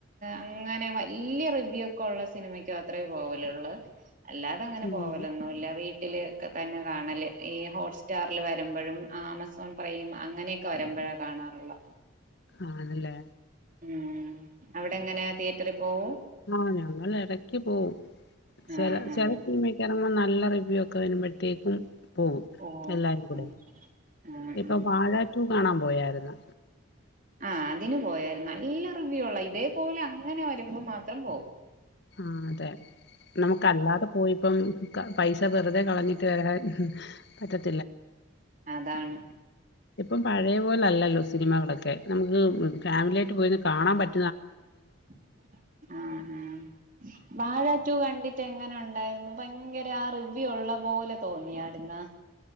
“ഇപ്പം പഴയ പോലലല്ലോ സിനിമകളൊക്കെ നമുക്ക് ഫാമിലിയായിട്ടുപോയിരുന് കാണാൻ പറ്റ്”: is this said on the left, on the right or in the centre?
Left